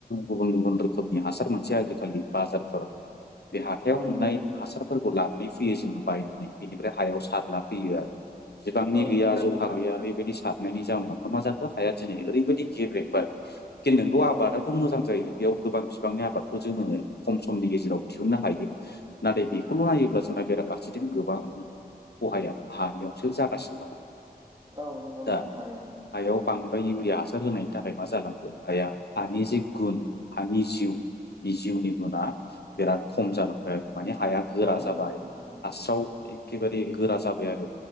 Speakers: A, on the left; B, on the right.
A: गुबुन गुबुन रोखोमनि हासार मोनसे आजिखालि बाजार <unintelligible> बे हाथायाव
B: औ
A: मोननाय
B: नंगौ नोंथां
A: हासार फोरखौ लानानै फैयो जोङो बायनानै बेनिफ्राय हायाव सारला फैयो आरो। बिबांनि
B: औ
A: गैया
B: नंगौ नोंथां
A: जखा
B: थारैनो
A: गैया बे बायदि सारनायनि जाउोनाव न मा जाखो हाया दिनै ओरैबायदि गेब्रेंबाय। <unintelligible> नोंगौ
B: औ
A: आबादाथ'
B: नंगौ
A: मोजां जायो बेयाव गोबां बिबांनि आबादखौ जोङो खम समनि गेजेराव दिहुननो हायो नाथाय बेखौल' नायोब्ला जोंना बेराफारसेथिं गोबां खहाया हानियावसो जागासिनो दङ।
B: औ नंगौ नोंथां
A: दा
B: थारैनो।
A: हायाव बांद्राय इउरिया हासार होनायनि थाखाय मा जालांखो हाया हानि जे गुन हानि जिउ बे जिउनि गुना बेराद खम जालांबाय आरो माने हाया गोरा
B: औ
A: जाबाय
B: नंगौ नोंथां थारैनो
A: हास्राव एखेबारे गोरा जाबाय आरो